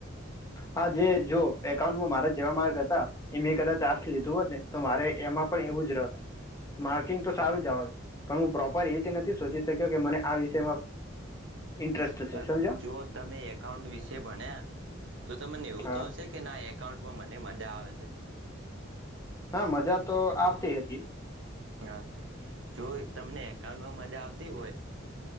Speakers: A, on the left; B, on the right.
A: હા જે જો એકાઉન્ટમાં મારા જેવા માર્ગ હતો. એં કદા ચાર ખી તું અને તો મારે એમાં પણ એવું જ રહત માર્કિંગ તો સારું જ. પણ હું પ્રોપર એ રતે નથી. શોધી શક્યો કે મને આ વિષયમાં. ઇન્ટરેસ્ટ
B: પણ
A: છે સમજો
B: જો તમે એકાઉન્ટ વિશે ભણ્યા. તો તમને એવું
A: હા
B: તો હશે કે ના. એકાઉન્ટમાં મને મજા આવે છે.
A: હા મજા તો હતી.
B: હા જો તમને એકાઉન્ટમાં મજા આવતી હોય.